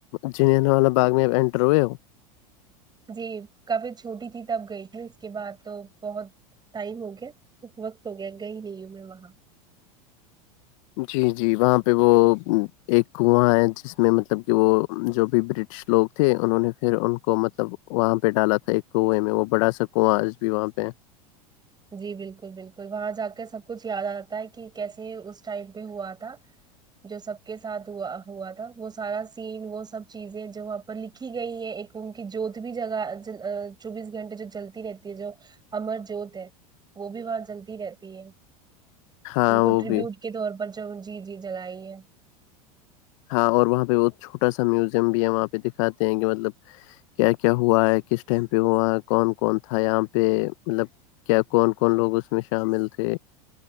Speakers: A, on the left (about 60°); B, on the right (about 20°).
A: ج ن والا باغ میں اٹر ہوئے
B: جی کفھی چھوٹی تھی تب گئی تھی اس کے بعد تو بہت ٹائم ہو گیا خ وقت ہو گیا گئی نہیں ہوں میں وہاں
A: جی جی وہاں پہ وہ ایک کنواں ہے جس میں مطلب ب کہ وہ جو بھی برٹش لوگ تھے انہوں نے پھر ان کو مطلب وہاں پہ ڈالا تھا ایک کوے میں وہ بڑا سکوںا آج بھی وہاں پہ
B: جی بالکل بالکل وہاں جا کے سب کچھ یاد آتا ہے کہ کیسے اس ٹائم پہ ہوا تھا جو سب کے ساتھ ہوا ہوا تھا وہ سارا سین وہ سب چیزیں جو لکھی گئی ہے ایک ان کی جوت بھی جگہ چوبیس گھنٹے جو جلتی رہتی ہے جو ہممر جو د ہے وہ بھی باں جلدی رہتی ہے
A: ہاں
B: ان کو
A: وہ
B: ریبیوٹ
A: بھی
B: کے طور پر جو جی جی جگائی ہے
A: ہاں اور وہاں پہ بہت چھوٹا سا میوزیم بھی ہے وہاں پہ دکھاتے ہیں کہ مطلب کیا کیا ہوا ہے کس ٹائم پہ ہوا ہے کون کون تھا یہاں پہ مطلب کیا کون کون لوگ اس میں شامل تھے